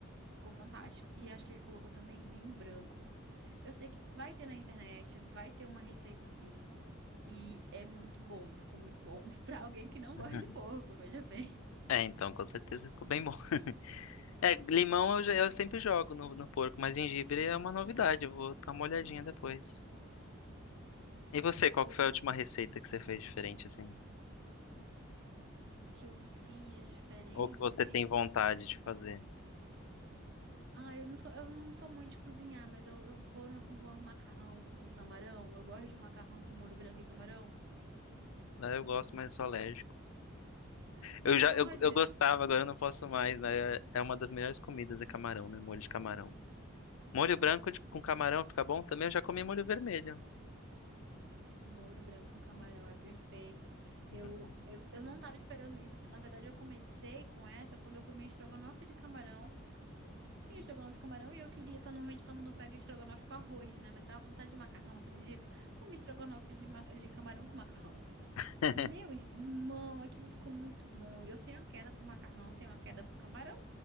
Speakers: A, on the right (about 60°); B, on the left (about 80°).
A: Ficou fantástico. E acho que ele colocou também vinho branco. Eu sei que vai ter na internet, vai ter uma receita assim. E é muito bom, ficou muito bom. <laughs> Pra alguém que não gosta
B: <laughs> uhum.
A: de porco, veja bem.
B: É, então, com certeza ficou bem bom. <laughs> É, limão eu, já- eu sempre jogo no, no porco, mas gengibre é uma novidade. Eu vou dar uma olhadinha depois. E você, qual
A: O,
B: que foi
A: o
B: a última receita que você fez diferente, assim?
A: que eu fiz diferente
B: Ou que você
A: mesmo.
B: tem vontade de fazer?
A: Ah, eu não sou, eu não sou muito de cozinhar, mas eu, eu vou no, vou no macarrão com camarão. Eu gosto de macarrão com molho branco e camarão.
B: Ah, Eu gosto, mas eu sou alérgico.
A: Você
B: Eu
A: não
B: já
A: pode?
B: eu, eu gostava, agora eu não posso mais, né? É uma das melhores comidas, é camarão, né? Molho de camarão. Molho branco de- com camarão fica bom também. Eu já comi molho vermelho.
A: Molho branco com camarão é perfeito. Eu,
B: Hum.
A: eu, eu não tava esperando isso. Na verdade, eu comecei com essa quando eu comi estrogonofe de camarão. Sim, estrogonofe de camarão. E eu queria. Então, normalmente todo mundo pega estrogonofe com arroz, né? Mas tava com vontade de macarrão aquele dia. Comi estrogonofe de, ma- de camarão com macarrão.
B: <laughs>
A: Meu irmão, aquilo ficou muito bom. Eu tenho uma queda por macarrão, tenho uma queda por camarão.